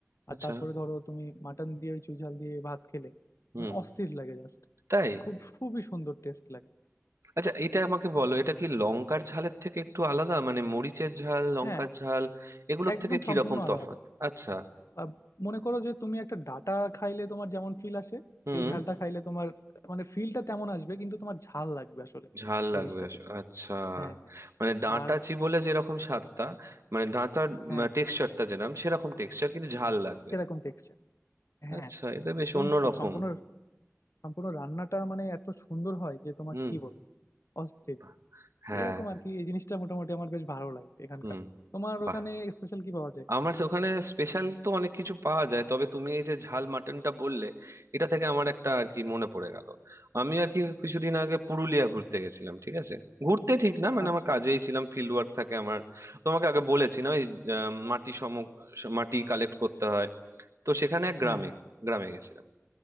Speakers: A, on the left (about 75°); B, on the right (about 70°).
A: আর
B: আচ্ছা
A: তারপরে ধরো তুমি মাটন দিয়ে ওই চুই ঝাল দিয়ে ভাত খেলে
B: হুম
A: মানে অস্থির লাগে জাস্ট
B: তাই
A: খুব খুবই সুন্দর টেস্ট লাগে
B: আচ্ছা এটা আমাকে বলো এটা কি লঙ্কার ঝালের থেকে একটু আলাদা মানে মরিচের ঝাল লঙ্কার
A: হ্যাঁ
B: ঝাল এগুলোর
A: একদম
B: থেকে কি
A: সম্পূর্ণ
B: রকম তফাৎ
A: আলাদা
B: আচ্ছা
A: আহ, মনে করো যে তুমি একটা ডাটা খাইলে তোমার যেমন ফিল আসে
B: হুম
A: এই ঝালটা খাইলে তোমার মানে ফিলটা তেমন আসবে কিন্তু তোমার ঝাল লাগবে আসলে
B: ঝাল লাগবে
A: জিনিসটাতে
B: আস- আচ্ছা
A: হ্যাঁ হ্যাঁ
B: মানে ডাঁটা
A: আর
B: বলে যেরকম স্বাদটা মানে ডাঁটার
A: হ্যাঁ
B: টেক্সচারটা যেরকম সেরকম টেক্সচার কিন্তু ঝাল লাগবে
A: সেরকম টেক্সচার হ্যাঁ
B: আচ্ছা এটা বেশ
A: এবং
B: অন্য
A: পু-
B: রকম
A: সম্পূর্ণ সম্পূর্ণ রান্নাটা মানে এত সুন্দর হয় যে তোমাকে
B: হুম
A: কি বলবো অস্থির
B: বাহ,
A: just।
B: হ্যাঁ
A: এরকম আর কি এই জিনিসটা মোটামুটি আমার বেশ ভালো লাগে এখানকার
B: হুম
A: তোমার
B: বাহ
A: ওখানে স্পেশাল কি পাওয়া যায়
B: আমার তো ওখানে স্পেশাল তো অনেক কিছু পাওয়া যায় তবে তুমি এই যে ঝাল মাটনটা বললে এটা থেকে আমার একটা আর কি মনে পড়ে গেল আমি আর কি কিছুদিন আগে পুরুলিয়া ঘুরতে গেছিলাম ঠিক আছে ঘুরতে ঠিক না মানে
A: আচ্ছা
B: আমার কাজেই ছিলাম ফিল্ড ওয়ার্ক থাকে আমার তোমাকে আগে বলেছি না ওই আহ, মাটি সম মাটি কালেক্ট করতে হয় তো সেখানে এক
A: হ্যাঁ
B: গ্রামে
A: হ্যাঁ হ্যাঁ।
B: গ্রামে গেছিলাম